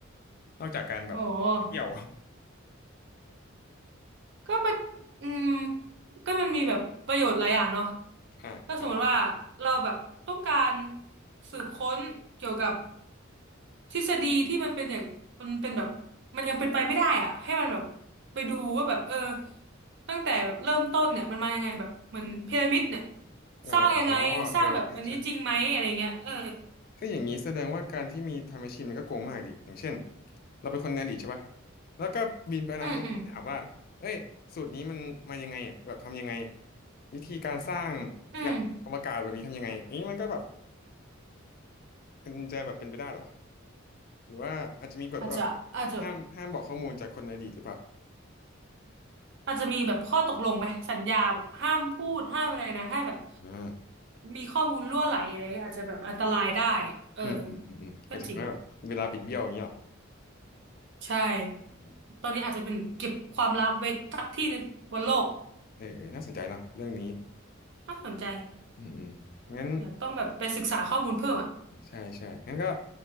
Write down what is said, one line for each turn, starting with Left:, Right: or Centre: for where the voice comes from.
Left: นอกจากการแบบเที่ยว
Right: โอ้
Left: <laughs>
Right: ก็ประอืมก็มันมีแบบประโยชน์หลายอย่างเนาะ
Left: อ่าอ่า
Right: ก็สมมติว่าเราแบบต้องการสืบค้นเกี่ยวกับทฤษฎีที่มันเป็นอย่างมันเป็นแบบมันยังเป็นไปไม่ได้อะให้มันแบบไปดูว่าแบบเออตั้งแต่แบบเริ่มต้นเนี่ยมันมายังไงแบบเหมือนพีระมิดเนี่ย
Left: เออเอออ๋อ
Right: สร้างยังไงสร้างแบบอันนี้จริงไหมอะไรเงี้ยเออ
Left: เออใช่ใช่เอ้ยอย่างนี้แสดงว่าการที่มีไทำแมชชีนมันก็โกงมากดิอย่างเช่นเราเป็นคนในอดีตใช่ปะแล้วก็บินไปอนาคตถามว่าเอ้ยสูตรนี้มันมายังไงอ่ะแบบทำยังไง
Right: อืมอืม
Left: วิธีการสร้าง
Right: อืม
Left: ยานอวกาศแบบนี้ทำยังไงอย่างนี้มันก็แบบมันจะแบบเป็นไปได้เหรอหรือว่าอาจจะมีกฎว่าแบบ
Right: อาจจะอาจจะ
Left: ห้ามห้ามบอกข้อมูลจากคนในอดีตหรือเปล่า
Right: อาจจะมีแบบข้อตกลงไหมสัญญาแบบห้ามพูดห้ามอะไรนะให้แบบ
Left: อ่า
Right: มีข้อมูลรั่วไหลอะไรเงี้ยอาจจะแบบอันตรายได้เออ
Left: อืมอืมอืมอืมอาจจะทำให้แบบเวลาบิดเบี้ยวอย่างเงี้ยเหรอ
Right: ก็จริงใช่
Left: อืม
Right: ตอนนี้อาจจะเป็นเก็บความลับไว้สักที่หนึงบนโลก
Left: เออเออน่าสนใจเนาะเรื่องนี้
Right: น่าสนใจ
Left: อืมอืมงั้น
Right: เนี่ยต้องแบบไปศึกษาข้อมูลเพิ่มอ่ะ
Left: ใช่ใช่งั้นก็